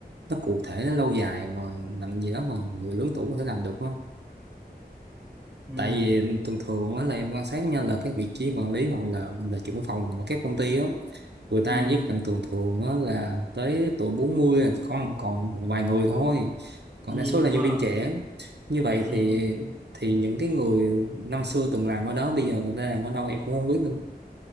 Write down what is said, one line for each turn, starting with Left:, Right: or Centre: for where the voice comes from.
Right: nó cụ thể nó lâu dài mà làm gì đó mà người lớn tuổi có thể làm được không
Centre: ừ,
Right: tại vì thường thường á là em quan sát nha là cái vị trí quản lý hoặc là là trưởng phòng ở các công ty á người ta
Centre: ừ,
Right: với khoảng thường thường á là tới tuổi 40 là chỉ còn còn một vài người thôi còn
Centre: ừ,
Right: đa số
Centre: đúng
Right: là nhân
Centre: rồi
Right: viên trẻ như vậy
Centre: ừ.
Right: thì thì những cái người năm xưa từng làm ở đó bây giờ người ta làm ở đâu em cũng không biết nữa